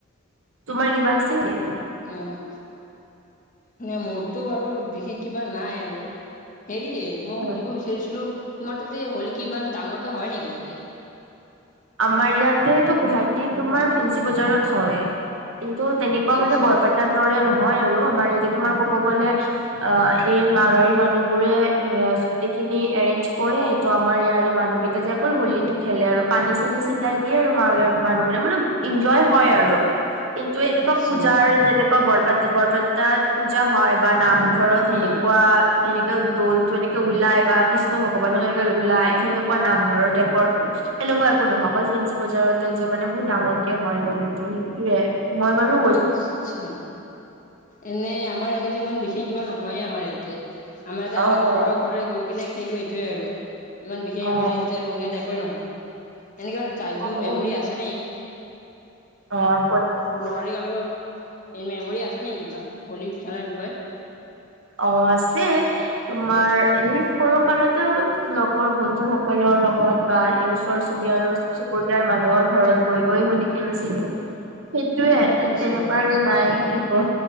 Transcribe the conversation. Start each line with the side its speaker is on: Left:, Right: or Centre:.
Right: তোমাৰ কিবা আছেনে।
Left: অ', এনে মোৰটো বাৰু বিশেষ কিবা নাই আৰু হেৰি মই
Right: অ
Left: সুধিব বিচাৰিছিলোঁ তোমাৰ তাতে হ'লি কি ইমান ডাঙৰকে হয় নিকি তাতে?
Right: আমাৰ ইয়াতে টো গুৱাহাটীৰ তোমাৰ ফেঞ্চি বজাৰত হয়। কিন্তু তেনেকুৱা
Left: আচ্ছা
Right: মানে বৰপে তাৰ দৰে নহয় আৰু আমাৰ ইয়াতে তোমাৰ কব গ'লে অ' এই মাৰোৱাৰী মানুহ বোৰে এ গোটেই খিনি এৰেঞ্জ কৰে। ত' আমাৰ ইয়াৰে মানুহ কেইটা যে অকল হোলীটো খেলে আৰু, পানী চানী চিটাই দিয়ে আৰু মাৰুৱাৰী মানুহবোৰে মানে এনজয় হয় আৰু। কিন্তু এনেকুৱা
Left: আচ্ছা
Right: পূজাৰ যেনেকুৱা বৰপে- বৰপেটাত পূজা হয় বা নাম ঘৰত
Left: উম,
Right: সেনেকুৱা এনেকা দৌলটো এনেকে ওলাই বা কৃষ্ণ ভগৱানক এনে ওলাই সেনেকুৱা নামঘৰৰ টাইপৰ এনেকুৱা একো নহয় অকল ফেঞ্চি বজাৰতে যে মানে বহুত ডাঙৰ কে হয় হলীটো সেইটোৱে। মই বাৰু
Left: আচ্ছা এনে আমাৰ ইয়াতে ইমান বিশেষ কিবা নহয়ে আমাৰ ইয়াতে। আমাৰ ইয়াতে
Right: অ
Left: আমি
Right: অ
Left: ঘৰে ঘৰে গৈ কিনে খেলো এইটোয়ে আৰু। ইমান বিশেষ
Right: অ
Left: আমাৰ ইয়াতে ৰংগিয়াত একোৱে নহয় এনেক চাইল্ড
Right: অ
Left: হুড মেমৰি
Right: অ
Left: আছে
Right: অ', ক'ত
Left: <unintelligible> মেমৰি আছে নে কিবা হলী খেলাৰ বিষয়ে?
Right: অ' আছে। তোমাৰ এই সৰু কালতে আৰু লগৰ বন্ধু সকলৰ লগত বা এই ওচৰ চুবুৰীয়া চুবুৰীয়াৰ মানুহৰ ঘৰত গৈ গৈ হলি খেলিছিলো। সেইটোয়ে
Left: আচ্ছা
Right: তেনেকুৱা আৰু নাই একো।